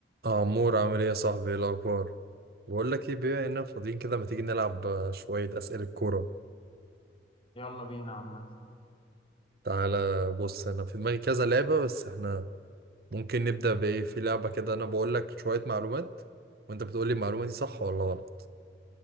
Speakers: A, on the right; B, on the left.
A: عمور عامل ايه يا صاحبي ايه الاخبار بقول لك ايه بما اننا فاضيين كده ما تيجي نلعب آه، شويه اسئله كوره
B: يلا بينا عم
A: تعالى بص انا في دماغي كذا لعبه بس احنا ممكن نبدا بايه في لعبه كده انا بقول لك شويه معلومات وانت بتقول لي المعلومه دي صح ولا غلط